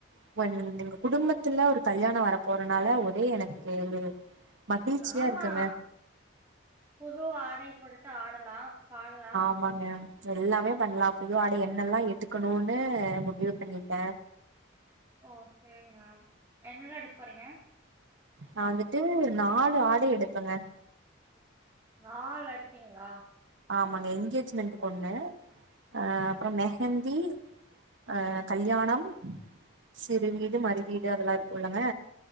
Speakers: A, on the right; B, on the right.
A: இப்ப எங்க குடும்பத்துல ஒரு கல்யாண வர போறனால ஒரே எனக்கு மகிழ்ச்சியா
B: ஆமா
A: இருக்குங்க
B: புது ஆடை போட்டுட்டு ஆடலா பாட லா
A: ஆமாங்க எல்லாமே பண்லா புது ஆடை என்னெல்லா எடுக்கணுன்னு முடிவு பண்ணிட்ட
B: ஓ சேரி என்னல்லா எடுக் போறீங்க
A: நா வந்துட்டு நாலு ஆடை எடுப்பங்க
B: நாலு அடுப்பிங்ளா
A: ஆமாங்க என்ங்கேஜ்மெண்ட் ஒண்ணு அ அப்பறொ மெஹந்தி அ கல்யாணம் சிறு வீடு மறு வீடு அதெல்லா இருக்குல்லங்க